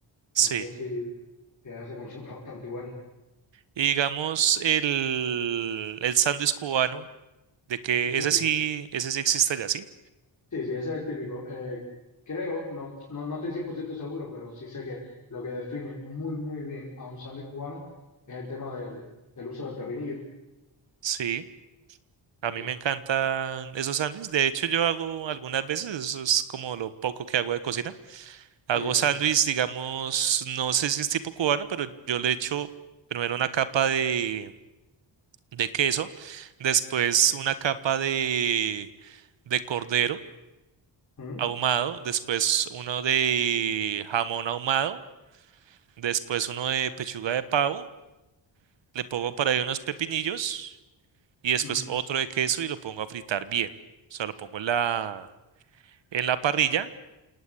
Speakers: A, on the right (about 65°); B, on the left (about 40°).
A: sí.
B: No sé si que allá se consume <laughs> bastante igual.
A: Y digamos, el, el sándwich cubano. De que
B: Eso
A: ese
B: sí.
A: sí, ese sí existe allá, ¿sí?
B: Sí, sí, ese es el típico. Eh, creo, no, no, no estoy 100% seguro, pero sí sé que lo que define muy, muy bien a un sándwich cubano es el tema del, del uso del pepinillo.
A: Sí, a mí
B: Sí,
A: me encantan esos sándwiches. De hecho, yo hago algunas veces, eso es como lo poco que hago de cocina. Hago
B: sí, sí.
A: sándwiches, digamos, no sé si es tipo cubano, pero yo le echo primero una capa de, de queso, después una capa de, de cordero
B: Ujú.
A: ahumado, después uno de jamón ahumado, después uno de pechuga de pavo, le pongo por ahí unos pepinillos. y después
B: Mm.
A: otro de queso y lo pongo a fritar bien. O sea, lo pongo en la, en la parrilla